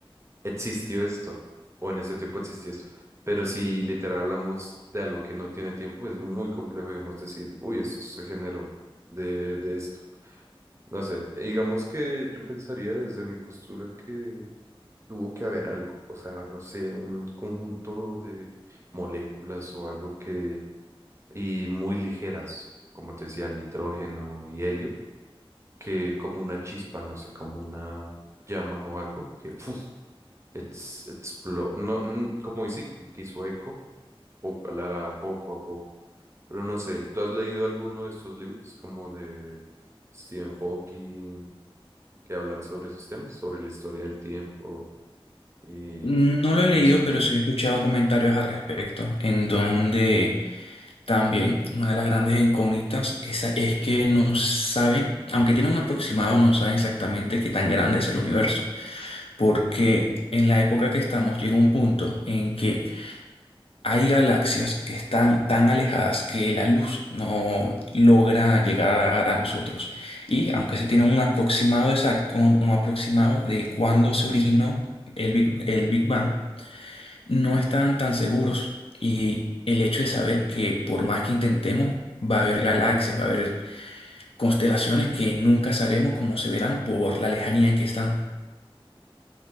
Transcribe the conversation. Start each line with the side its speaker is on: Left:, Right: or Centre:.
Right: existió esto, o en ese tiempo existió esto. Pero si literal hablamos de algo que no tiene tiempo, es muy complejo, digamos, decir, uy, esto se generó de, de esto. No sé, eh, digamos que yo pensaría desde mi postura que tuvo que haber algo, o sea, no sé, un conjunto de moléculas o algo que, y muy ligeras, como te decía, nitrógeno y helio, que como una chispa, no sé, como una llama o algo, que ¡fuf! It's, explo- no, mm, como y sí, como que hizo eco, poco, la, la- poco a poco. Pero no sé, ¿tú has leído alguno de estos libros, como de Stephen Hawking, que hablan sobre esos temas, sobre la historia del tiempo y,
Left: No lo he
Right: y
Left: leído,
Right: eso?
Left: pero sí he escuchado comentarios al respecto, en donde también una de las grandes incógnitas esa es que no saben, aunque tienen un aproximado, no saben exactamente qué tan grande es el universo, porque en la época que estamos llega un punto en que hay galaxias que están tan alejadas que la luz no logra llegar a nosotros. Y aunque se tiene un aproximado exacto, un, un aproximado de cuándo se originó el Big- el Big Bang, no están tan seguros y el hecho de saber que por más que intentemos, va a haber galaxias, va a haber constelaciones que nunca sabremos cómo se verán por la lejanía en que están.